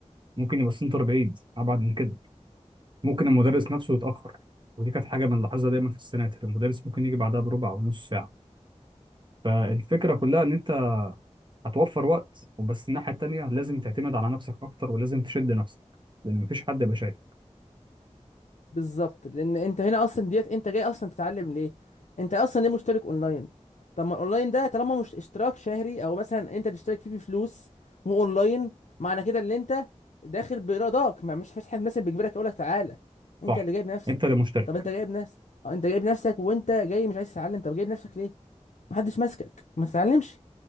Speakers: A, on the right; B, on the left.
A: ممكن يبقى السنتر بعيد ابعد من كده ممكن المدرس نفسه يتأخر ودي كانت حاجة بنلاحظها دايما في السناتر المدرس ممكن يجي بعدها بربع او نص ساعة فالفكرة كلها ان انت هتوفر وقت وبس الناحية التانية لازم تعتمد على نفسك اكتر ولازم تشد نفسك لان مفيش حد يبقى شايف
B: بالظبط لان انت هنا اصلا ديت انت جاي اصلا تتعلم ليه انت اصلا ليه مشترك اونلاين طب ما الاونلاين ده طالما مش اشتراك شهري او مثلا انت تشترك فيه بفلوس واونلاين معنى كده ان انت داخل برضاك ما مش فيش حد مثلا بيجبرك يقول لك تعالى انت
A: صح
B: اللي جايب نفسك
A: انت اللي مشترك
B: طب انت جايب نفسك اه انت جايب نفسك وانت جاي مش عايز تتعلم طب جايب نفسك ليه محدش ماسكك ما تتعلمش